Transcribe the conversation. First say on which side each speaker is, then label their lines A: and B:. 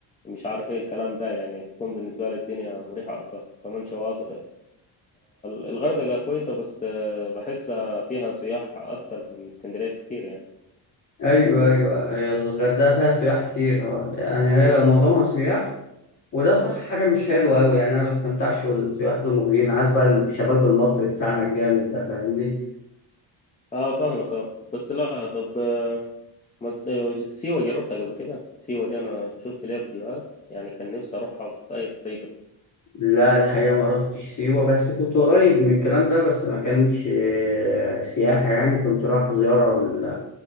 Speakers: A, on the left; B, on the left.
A: مش عارف إيه الكلام ده يعني تكون بالنسبة لي الدنيا مريحة أكتر كمان شواطئ الغردقة كويسة بس آه، بحسها فيها سياح أكتر من اسكندرية كتير يعني
B: ايوه ايوه هي الغردقة فيها سياح كتير آه، يعني هي معظمها سياح وده صح حاجة مش حلوة أوي يعني أنا ما بستمتعش والسياح دول موجودين عايز بقى الشباب المصري بتاعنا الجامد ده فاهمني
A: اه فاهمك اه بس لا طب آه، ما- آه، سيوة جربتها قبل كده سيوة دي أنا شفت ليها فيديوهات يعني كان نفسي أروحها بأي طريقة
B: لا الحقيقة ما رحتش سيوة بس كنت قريب من الكلام ده بس ما كانش آه، سياحة يعني كنت رايح زيارة ل-